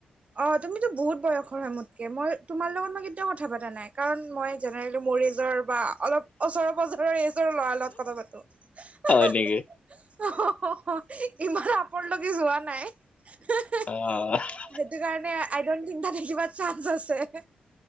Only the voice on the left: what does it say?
হয় নেকি?
অহ',